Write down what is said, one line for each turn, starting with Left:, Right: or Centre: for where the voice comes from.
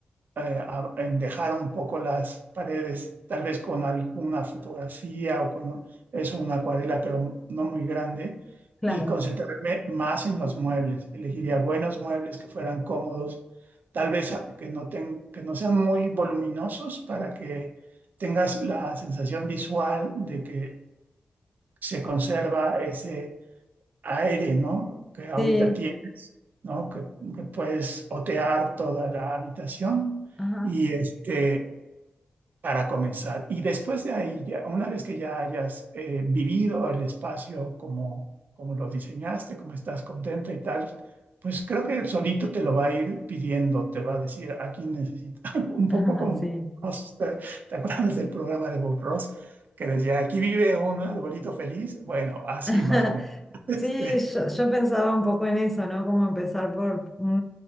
Right: eh, a- en dejar un poco las paredes, tal vez con alguna fotografía o con eso, una acuarela, pero no muy grande,
Centre: claro.
Right: y concentrarme más en los muebles. Elegiría buenos muebles que fueran cómodos, tal vez a- que no, ten- que no sean muy voluminosos para que tengas la sensación visual de que se conserva ese aire, ¿no? Que ahorita
Centre: Sí,
Right: tienes, ¿no? Que, que puedes otear toda la habitación
Centre: Ajá,
Right: y este para comenzar. Y después de ahí, ya, una vez que ya hayas eh, vivido el espacio como, como lo diseñaste, como estás contenta y tal, pues creo que solito te lo va a ir pidiendo, te va a decir, aquí necesito, <laughs> un poco
Centre: <laughs> ajá,
Right: como
Centre: sí,
Right: Bob Ross, ¿te, te acuerdas del programa de Bob Ross? Que decía, aquí vive un arbolito feliz. Bueno, así
Centre: <laughs>
Right: más o menos. <laughs> Este,
Centre: Sí, yo, yo pensaba un poco en eso, ¿no? Como empezar por un,